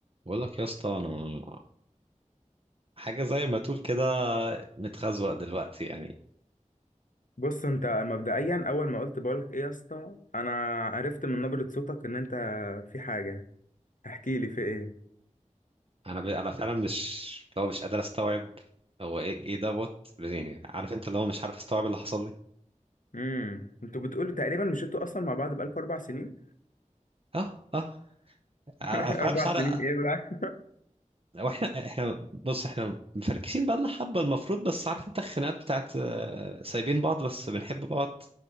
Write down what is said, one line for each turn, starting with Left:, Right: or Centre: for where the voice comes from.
Right: بقول لك يا اسطى انا حاجه زي ما تقول كده متخزوق دلوقتي يعني
Left: بص انت مبدئيا اول ما قلت بقولك ايه يا اسطى انا عرفت من نبرة صوتك ان انت في حاجة احكي لي في ايه
Right: انا ب... انا فعلا مش لو مش قادر استوعب هو ايه ايه دوت يعني عارف انت اللي هو مش عارف استوعب اللي حصل لي
Left: امم انتوا بتقولوا تقريبا مش انتوا اصلا مع بعض بقالكوا اربع سنين
Right: اه اه
Left: <laughs>
Right: انا أنا فعلا
Left: اربع
Right: مش عارف
Left: سنين ايه بقى
Right: واحنا احنا بص احنا مفركشين بقى لنا حبه المفروض بس عارف انت الخناقات بتاعت آه، سايبين بعض بس بنحب بعض